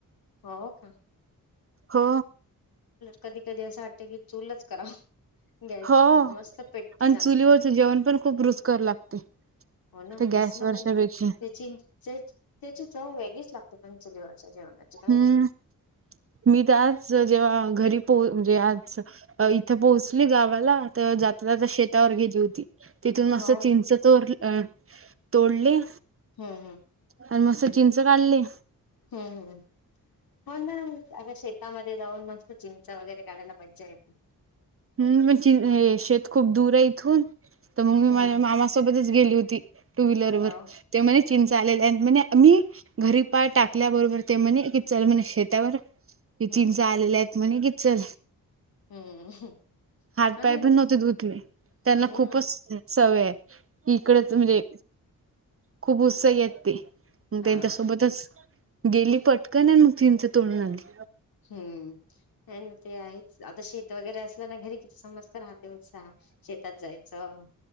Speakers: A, on the left; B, on the right.
A: हो का
B: हो
A: कधी कधी असं वाटतं की चूलच करा गॅसपेक्षा
B: हो.
A: मस्त पेटते
B: आणि
A: चांगली
B: चुलीवरच जेवण पण खूप रुचकर लागते
A: हो ना
B: ते
A: मस्त
B: गॅसवरच्यापेक्षा
A: लागते त्याची त्याची चव वेगळीच लागते पण चुलीवरच्या जेवणाची काही
B: हम्म
A: म्हणा
B: मी तर आच जेव्हा घरी पो म्हणजे आज इथ पोहोचली गावाला तर जाता जाता शेतावर गे होती तिथून मं
A: हो
B: चिंच तोर तोडले
A: हम्म हम्म.
B: आणि मग सचिनच काढले.
A: हम्म हम्म हो ना अग शेतामध्ये जाऊन मस्त चिमचा वगैरे काढायला मज्जा येत.
B: हम् म्हणजे शेत खूप दूर आहे इथून तर मग मी
A: हम्म
B: माझ्या
A: हम्म
B: मामासोबतच गेली होती टू व्हीलर
A: हो
B: वर, ते म्हणे चिंचा आलेले आणि म्हण मी घरी पाय टाकल्याबरोबर ते म्हणे क चल म्हणे शेत त्यावर हे चिंच
A: हम्म
B: आलेले आहेत म्हणे की चल
A: हम्म.
B: हातपाय
A: हो ना
B: पण
A: घरी
B: नव्हते धुतले. त्यांना
A: हम्म
B: खूपच सवय आहे. इकडच
A: हम्म
B: म्हणजे खूप उत्साही आहेत ते, मग
A: हा
B: त्यांच्यासोबतच गेली पटकन मग चिंच तोडून आणली.
A: हम्म नाही ना ते आहेच. आता शे त वगैरे असल्या ना घरी किती समजत राहते उत्साह, शेतात जायचं